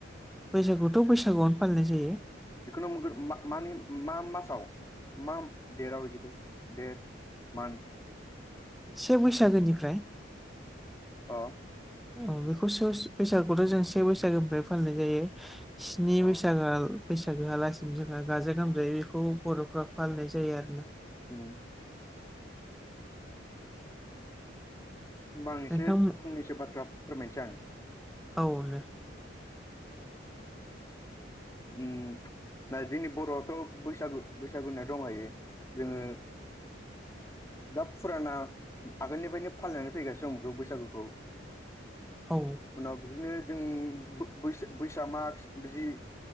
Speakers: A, in the centre; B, on the left (about 15°).
A: बैसागुथ' बैसागुआवनो फालिनाय जायो।
B: खो मटमनि औइगग <unintelligible> <unintelligible> मानि मा मासाव मा देराव <unintelligible> <unintelligible>
A: से बैसागोनिफ्राय
B: अ
A: औ बेखौ सो बैसागुथ' जों से बैसागोनिफ्राय फालिनाय जायो स्नि
B: अ
A: बैसागो आ। बैसागो होआलासिनो जोंहा गाजा गोमजायै बेखौ बर'फ फालिनाय जायो आरोना।
B: उम होमबा आं एसे
A: नोंथां
B: फंनैसो बाथ्रा फोरमायनोसै आं।
A: औ दे
B: उम दा जोंनि बर'आवथ' बैसागु बैसागुनिया दंहायो जोंङो दा फुराना आगोलनिफ्रायनो फालिनानै फैगासिनो दं बेखौ बैसागुखौ।
A: औ
B: उनाव बिदिनो जों बैसाग माग्स बिदि।